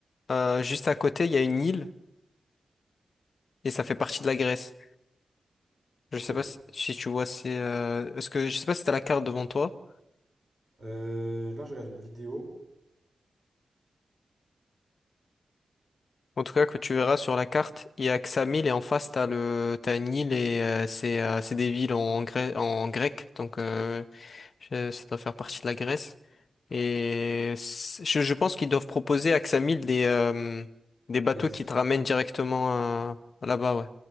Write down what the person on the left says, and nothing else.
euh, juste à côté, il y a une île et ça fait partie de la Grèce. Je
sais pas si, si tu vois, c'est... euh, Est-ce que je sais pas si t'as la carte devant toi.
En tout cas, que tu verras sur la carte, il y a que Xamil et en face t'as le t'as une île et euh, c'est euh, c'est des villes en grec en grec donc euh, je- ça doit faire partie de la Grèce et c'est- je, je pense qu'ils doivent proposer à Xamil des euh, des bateaux
qui te ramènent
directement euh, là-bas ouais.